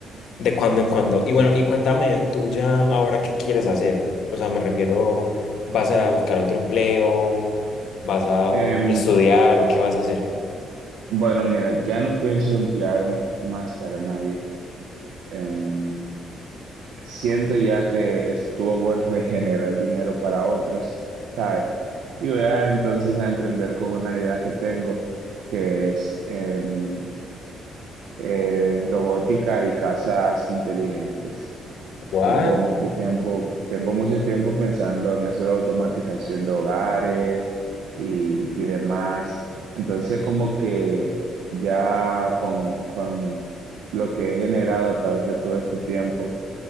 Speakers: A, on the left (about 75°); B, on the right (about 85°).
A: De cuando en cuando. Y bueno, y cuéntame tú ya ahora qué quieres hacer. O sea, me refiero, ¿vas a buscar otro empleo? ¿Vas a
B: Em,
A: estudiar o qué vas a hacer?
B: bueno, mira, ya no pienso emplearme más para nadie. Em, siento ya que estuvo bueno de generar dinero para otros, ¿sabes? Y voy a entonces a emprender con una idea que tengo, que es em, eh, robótica y casas inteligentes.
A: What?
B: Tengo mucho tiempo, tengo mucho tiempo pensando en eso de automatización de hogares y, y demás. Entonces, como que ya con, con lo que he generado a través de todo este tiempo